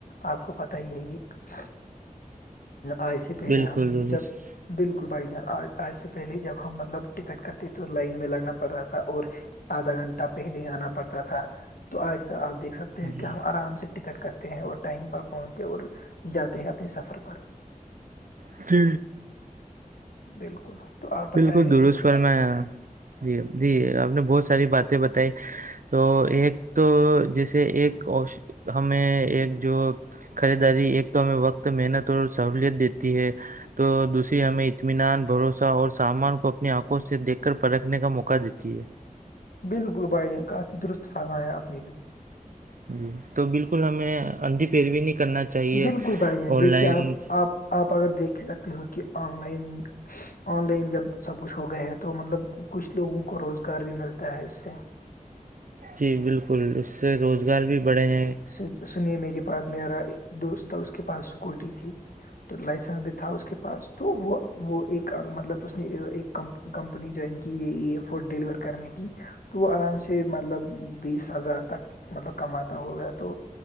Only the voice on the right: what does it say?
بالکل
درست
جی
جی
بالکل درست
پر میں جی جی آپ نے بہت ساری باتیں بتائی تو ایک تو جیسے ایک ہمیں ایک جو خریداری ایک تو ہمیں وقت محنت اور سہولت دیتی ہے تو دوسری ہمیں اطمینان بھروسہ اور سامان کو اپنی آنکھوں سے دیکھ کر پرکھنے کا موقع دیتی ہے
جی تو بالکل ہمیں اندھی پیروی نہیں کرنا چاہیے
آن
لائن
جی بالکل اس سے روزگار بھی بڑھے ہیں